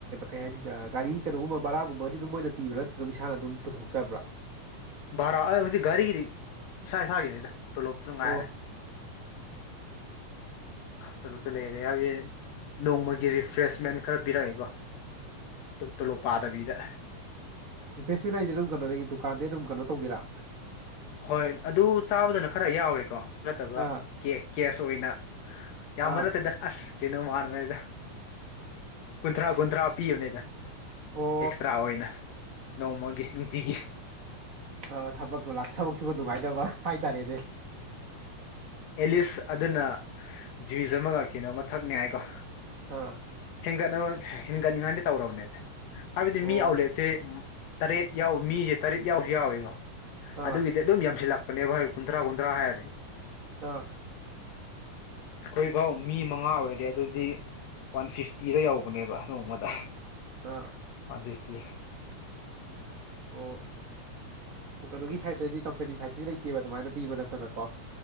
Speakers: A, on the right; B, on the left.
A: ꯀ ꯍꯥꯏꯅꯤ ꯒꯥꯔꯤ ꯀꯩꯅꯣꯒꯨꯝꯕ ꯕꯔꯥꯒꯨꯝꯕ ꯁꯤ ꯑꯗꯨꯝ ꯃꯣꯏꯅ ꯄꯤꯕ ꯅꯠꯇꯅ ꯏꯁꯥꯅ ꯑꯗꯨꯝ ꯄꯨꯊꯣꯛꯆꯕ꯭ꯔꯥ
B: ꯚꯔꯥ ꯍꯧꯖꯤꯛ ꯘꯔꯤꯒꯤꯗꯤ ꯏꯁꯥ ꯏꯁꯥꯒꯤꯅꯤꯗ ꯇꯣꯂꯣꯞꯇꯣ ꯉꯥꯏꯔꯦ
A: ꯑꯣ
B: ꯇꯣꯂꯣꯞꯇ ꯂꯩꯔꯦ ꯍꯥꯏꯕꯗꯤ ꯅꯣꯡꯃꯒꯤ ꯔꯤꯐ꯭ꯔꯦꯁꯃꯦꯟ ꯈꯔ ꯄꯤꯔꯛꯑꯦꯀꯣ ꯇꯣꯂꯣꯞ ꯄꯥꯗꯕꯤꯗ
A: ꯔꯤꯐ꯭ꯔꯦꯁꯃꯤꯦꯟ ꯍꯥꯏꯁꯦ ꯑꯗꯨꯝ ꯀꯩꯅꯣꯗꯒꯤ ꯗꯨꯀꯥꯟꯗꯤ ꯑꯗꯨꯝ ꯀꯩꯅꯣ ꯇꯧꯗꯦꯔꯥ
B: ꯍꯣꯏ ꯑꯗꯨ ꯆꯥꯕꯗꯅ ꯈꯔ ꯌꯥꯎꯔꯦꯀꯣ ꯅꯠꯇꯕ
A: ꯑꯥ
B: ꯀꯦ ꯀꯦꯁ ꯑꯣꯏꯅ ꯌꯥꯝꯕ
A: ꯑꯥ
B: ꯅꯠꯇꯦꯗ ꯑꯁ ꯀꯩꯅꯣ ꯃꯥꯥꯟꯕꯄꯅꯢꯅꯦꯗ ꯀꯨꯟꯊ꯭ꯔꯥ ꯀꯨꯟꯊ꯭ꯔꯥ ꯄꯤꯕꯅꯦꯗ
A: ꯑꯣ
B: ꯑꯦꯛꯁꯇ꯭ꯔꯥ ꯑꯣꯏꯅ ꯅꯣꯡꯃꯒꯤ ꯅꯨꯡꯇꯤꯒꯤ
A: ꯑ ꯊꯕꯛꯇꯣ ꯂꯥꯛ ꯁꯕ ꯁꯨꯕ ꯅꯨꯡꯉꯥꯏꯇꯕ ꯍꯥꯏꯇꯥꯔꯦꯅꯦ
B: ꯑꯦꯂꯤꯁ ꯑꯗꯨꯅ ꯖꯨꯋꯁ ꯑꯃꯒ ꯀꯩꯅꯣ ꯑꯃ ꯊꯛꯅꯤ ꯍꯥꯏꯀꯣ
A: ꯑꯥ
B: ꯍꯦꯟꯒꯠꯅꯕ ꯍꯦꯟꯒꯠꯅꯤꯡꯉꯥꯏꯗꯤ ꯇꯧꯔꯕꯅꯦ ꯍꯥꯏꯕꯗꯤ
A: ꯑꯣ
B: ꯃꯤ ꯑꯥꯎꯠꯂꯦꯠꯁꯦ ꯇꯔꯦꯠ ꯌꯥꯎ ꯃꯤꯁꯦ ꯇꯔꯦꯠ ꯌꯥꯎꯁꯨ ꯌꯥꯎꯋꯏꯀꯣ
A: ꯑꯥ
B: ꯑꯗꯨꯒꯤꯗꯤ ꯑꯗꯨꯝ ꯌꯝꯁꯤꯜꯂꯛꯄꯅꯦꯕ ꯀꯨꯟꯇ꯭ꯔꯥ ꯀꯨꯟꯇ꯭ꯔꯥ ꯍꯥꯏꯔꯦ
A: ꯑꯥ
B: ꯑꯩꯈꯣꯏ ꯐꯥꯎ ꯃꯤ ꯃꯉꯥ ꯑꯣꯏꯔꯦ ꯑꯗꯨꯗꯤ ꯋꯥꯟ ꯐꯤꯐꯇꯤꯗ ꯌꯧꯕꯅꯦꯕ ꯅꯣꯡꯃꯗ
A: ꯑꯥ
B: ꯑꯗꯨꯏꯗꯤ
A: ꯑꯣ ꯑꯣ ꯀꯩꯅꯣꯒꯤ ꯁꯥꯏꯠꯇꯗꯤ ꯀꯝꯄꯥꯅꯤ ꯁꯥꯏꯠꯇꯗꯤ ꯂꯩꯇꯦꯕ ꯑꯗꯨꯃꯥꯏꯅ ꯄꯤꯕ ꯅꯠꯇꯅꯀꯣ